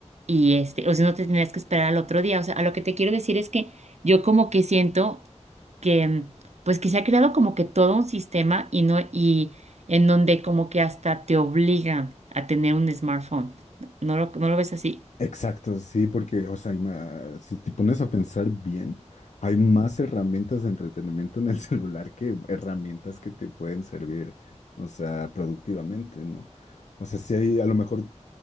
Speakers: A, on the right; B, on the left.
A: Y este, o si no te tenías que esperar al otro día. O sea, a lo que te quiero decir es que yo como que siento que, mm, pues que se ha creado como que todo un sistema y no, y en donde como que hasta te obligan a tener un smartphone. ¿No lo, no lo ves así?
B: Exacto, sí, porque, o sea, hay ma- si te pones a pensar bien, hay más herramientas de entretenimiento en el <laughs> celular que herramientas que te pueden servir, o sea, productivamente, ¿no? O sea, si hay, a lo mejor